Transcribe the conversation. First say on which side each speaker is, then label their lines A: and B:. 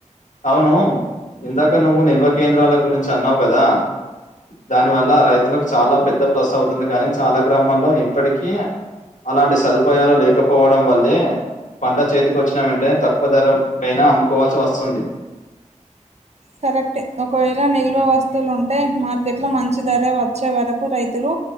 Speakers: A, on the left (about 70°); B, on the right (about 55°).
A: అవును ఇందాక నువ్వు నిల్వ కేంద్రాల గురించి అన్నావ్ కదా దాని వల్ల రైతులకు చాలా పెద్ద ప్లస్ అవుతుంది కానీ చాలా గ్రామాల్లో ఇప్పటికీ అలాంటి సదుపాయాలు లేకపోవడం వల్లే పంట చేతికి వచ్చిన వెంటనే తక్కువ ధర కైనా అమ్ముకోవాల్సి వస్తుంది
B: కరెక్టె ఒకవేళ నిల్వ వస్తువులుంటే మార్కెట్లో మంచి ధర వచ్చే వరకు రైతులు